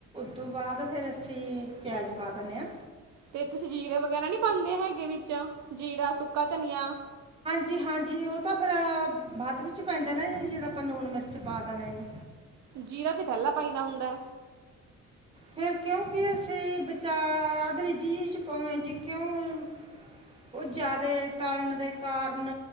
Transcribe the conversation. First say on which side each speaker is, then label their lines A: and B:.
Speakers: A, on the right (about 20°); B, on the right (about 70°).
A: ਤੋਂ ਬਾਅਦ ਫੇਰ ਅਸੀਂ ਪਿਆਜ ਪਾ ਦੇਣੇ ਆਂ।
B: ਤੇ ਤੁਸੀਂ ਜੀਰੇ ਵਗੈਰਾ ਨੀ ਪਾਂਦੇ ਹੈਗੇ ਵਿੱਚ ਜੀਰਾ, ਸੁੱਕਾ ਧਨੀਆ,
A: ਜ ਹਾਂਜੀ ਉਹ ਤਾਂ ਫੇਰ ਬਾਅਦ ਵਿੱਚ ਪੈਂਦਾ ਨਾ ਜੀ ਜਦਾਂ ਆਪਾਂ ਲੂਣ, ਮਿਰਚ ਪਾ ਦੇਣਾ ਜੀ।
B: ਜੀਰਾ ਤੇ ਪਹਿਲਾ ਪਾਈਂਦਾ ਹੁੰਦੈ।
A: ਫੇਰ ਕਿਉਂਕਿ ਅਸੀਂ ਵਿਚਾਰ ਆਧਰੀ ਜੀ ਚ ਪਾਉਣੇ ਜੀ ਕਿਉਂ ਉਹ ਜਿਆਦਾ ਤਲਣ ਦੇ ਕਾਰਨ